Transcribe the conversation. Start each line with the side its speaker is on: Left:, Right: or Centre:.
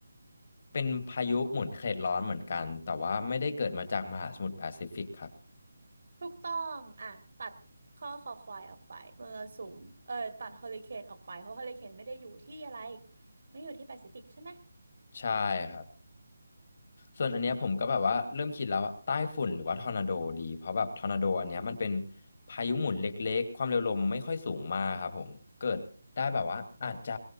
Left: เป็นพายุหมุนเขตร้อนเหมือนกันแต่ว่าไม่ได้เกิดมาจากมหาสมุทรแปซิฟิกครับ
Right: ถูกต้องอ่ะตัดข้อคอควายออกไปมรสุมเออตัดเฮอริเคนออกไปเพราะเฮอริเคนไม่ได้อยู่ที่อะไรไม่อยู่ที่แปซิฟิกใช่ไหม
Left: ใช่ครับ ส่วนอันเนี้ยผมก็แบบว่าเริ่มคิดแล้วว่าใต้ฝุ่นหรือว่าทอร์นาโดดีเพราะแบบทอร์นาโดอันเนี้ยมันเป็นพายุหมุนเล็กๆความเร็วลมไม่ค่อยสูงมากครับผมเกิดได้แบบว่าอาจจะ